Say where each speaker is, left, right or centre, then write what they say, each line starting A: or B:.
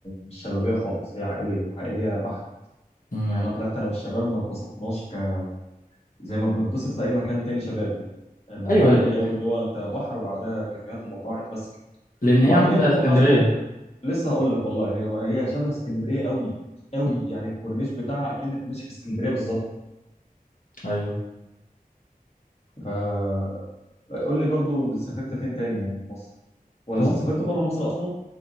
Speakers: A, on the left (about 40°); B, on the left (about 60°).
A: مش شبابيه خالص هي عائليه عائليه بحت
B: امم
A: يعني انا طلعت انا والشباب ما اتبسطناش ك... زي ما بنتبسط في اي مكان تاني شبابي الموضوع
B: ايوه ل-
A: عائلي قوي اللي هو انت بحر بعدها كافيهات ومطاعم بس كده
B: لان
A: وبعدين
B: هي عامله زي
A: هي مطروح
B: اسكندريه
A: اصلا لسه هقول لك والله يعني هي شبه اسكندريه قوي قوي
B: مم.
A: يعني الكورنيش بتاعها اكنك ماشي في اسكندريه بالظبط
B: ايوه
A: فقول لي برضو سافرت فين تاني يعني في مصر ولا
B: في مصر
A: سافرت بره مصر اصلا